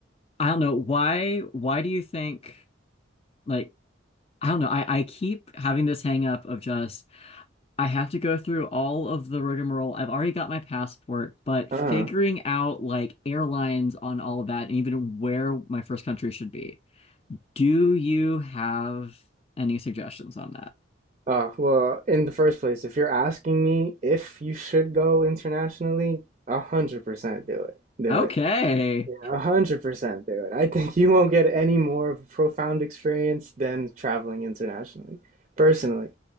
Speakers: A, on the left (about 30°); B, on the right (about 35°).
A: I don't know why why do you think like I don't know, I I keep having this hang up of just I have to go through all of the rigmarole. I've already got my passport, but
B: Uh-huh.
A: figuring out like airlines on all of that and even where my first country should be. Do you have any suggestions on that?
B: Uh, well, in the first place, if you're asking me if you should go internationally, a hundred percent do it. Do
A: Okay.
B: it. Yeah, a hundred percent do it. I think you won't get any more of a profound experience than traveling internationally, personally.